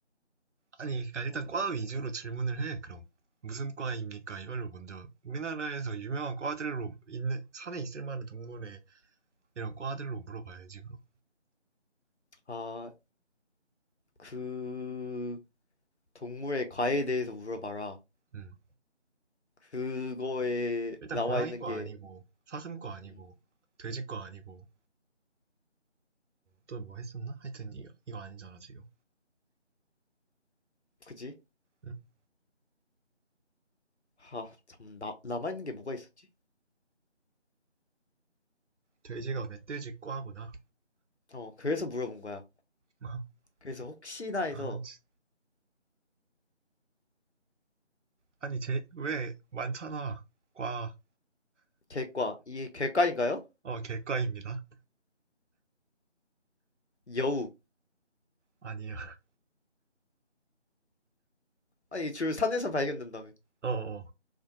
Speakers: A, on the right; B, on the left.
A: 아니, 그러니까 일단
B: 음.
A: 과 위주로 질문을 해, 그럼. 무슨 과입니까? 이걸로 먼저 우리나라에서 유명한 과들로 있는 산에 있을 만한 동물의 이런 과들로 물어봐야지 그럼.
B: 아, 그 동물의 과에 대해서 물어봐라.
A: 음.
B: 그거에
A: 일단
B: 나와
A: 고양이과
B: 있는 게
A: 아니고 사슴과 아니고
B: 음,
A: 돼지과 아니고 또 뭐 했었나? 하여튼 이거, 이거 아니잖아 지금
B: 그지?
A: 음,
B: 아, 잠깐 나 남아 있는 게 뭐가 있었지?
A: 돼지가 멧돼지 과구나
B: 어, 그래서 물어본 거야.
A: <laughs>
B: 그래서 혹시나 해서
A: 아무튼 아니 제, 왜 많잖아 과,
B: 개과 이게 개과인가요?
A: 어 개과입니다
B: 여우.
A: 아니야 <laughs>
B: 아니 줄 산에서 발견된다며.
A: 어어어